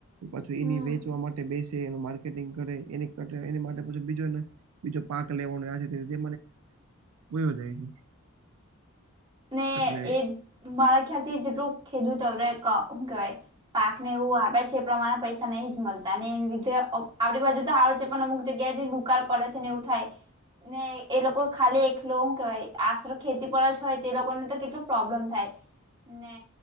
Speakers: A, on the right; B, on the right.
A: પાછી એની
B: હમ
A: વેચવા માટે બેસે એનું માર્કેટ માર્કેટિંગ કરે એની કરતો બીજો બીજો પાક લેવાનો આજે તે છે વયો જાય છે.
B: ને
A: એટલે
B: એ મારા ખ્યાલ થી જેટલું ખેધું ત હું કેવાય. પાક ને એવું આપે છે એ પ્રમાણે પૈસા નહી જ મળતા ને એવી રીધે આપણી બાજુ તો હ પણ અમુક જગ્યાએ જે દુકાળ પડે છે ને એવું થાય. ને એ લોકો ખાલી એકલો હું કેવાય આશરો ખેતી પર જ હોય. તે લોકોને તો કેટલું પ્રોબ્લેમ થાય ને